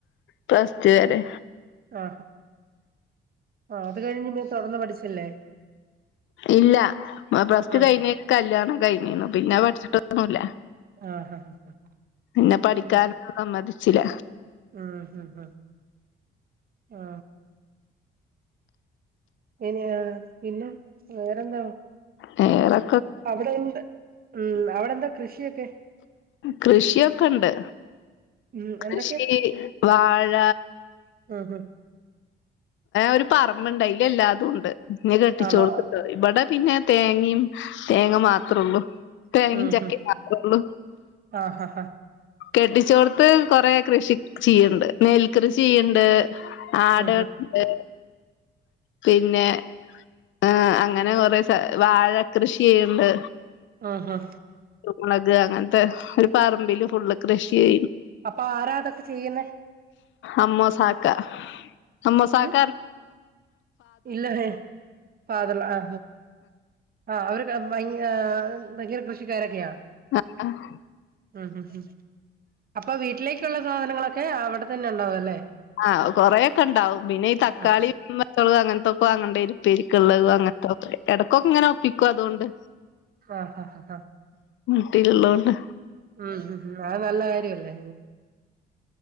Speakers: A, on the left; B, on the right.
A: പ്ലസ് ടു വരെ.
B: ആ ആ അത് കഴിഞ്ഞ് പിന്ന് തുറന്ന് പഠിച്ചല്ലേ <unintelligible>
A: ഇല്ല പ്ലസ്ടു
B: ആഹ്
A: കഴഞ്ഞീ കല്ല്യാണം കഴിഞ്ഞീന്ന് പിന്നെ പഠിച്ചിട്ട് ഒന്നൂല്ല
B: ആഹ് ഹ ഹ
A: പിന്നെ പഠിക്കാനൊന്നും
B: ഹ
A: സമ്മതിച്ചില്ല
B: ഉം ഹ ഹ ആ ഇനി പിന്നെ വേറെന്ത
A: വേറെ
B: അവിടെ എന്താ ഉം അവിടെ എന്താ കൃഷിയൊക്കെ
A: കൃഷിയൊക്കെ ഇണ്ട്
B: ഉം
A: കൃഷി
B: എന്തൊക്കെയാ
A: വാഴ
B: ഉം ഹ്
A: ഒരു പറമ്പിണ്ട് അയിലെല്ലാതുംണ്ട് ഇന്നെ കെട്ടിച്ചോടുത്ത്
B: ആണോ
A: ഇവിടെ പിന്നെ തേങ്ങയും തേങ്ങ മാത്രേള്ളൂ തേങ്ങ
B: ഉം
A: ചക്കേം
B: ഹ്
A: മാത്രേള്ളൂ
B: ആഹ് ഹ ഹ
A: കെട്ടിച്ചോടുത്ത് കൊറെ കൃഷി ചെയ്യ്ണ്ട് നെൽക്കൃഷി ചെയ്യ്ണ്ട് ആടുണ്ട്
B: ഉം ഹ്
A: പിന്നെ ആ അങ്ങനെ കൊറെ വാഴ കൃഷി ചെയ്യ്ണ്ട്
B: ആ ആ
A: മുളക് അങ്ങനത്തെ ഒരു പറമ്പില് ഫുൾ കൃഷി ഷിയെ
B: അപ്പൊ ആരാ അതൊക്കെ ചെയ്യുന്നേ
A: അമ്മോസാക്ക അമ്മുസാക്ക്
B: ഉം ഇല്ല ഹേ പാതല ആ ആ അവര് കട വാങ്ങിയാ ഭയങ്കര കൃഷിക്കാരൊക്കെയാ
A: ആ <unintelligible>
B: ഉം ഉം ഉം അപ്പൊ വീട്ടിലേക്കുള്ള സാധനങ്ങളൊക്കെ അവിടെ തന്നെ ഉണ്ടാവും അല്ലേ
A: ആ കൊറെക്കെ ഉണ്ടാവും പിന്നെ ഈ തക്കാളി
B: ഉം
A: പച്ചമുളക് അങ്ങനത്തൊക്കെ വാങ്ങേണ്ടേ വരും ഉപ്പേരിക്കുള്ളത്
B: ഉം
A: അങ്ങനത്തെക്കെ ഇടക്കൊക്കെ ഇങ്ങനെ ഒപ്പിക്കും അതുകൊണ്ട്
B: ആ ഹഹ
A: ട്ടി ള്ളോണ്ട്
B: ഉം ഉം അത് നല്ല കാര്യല്ലേ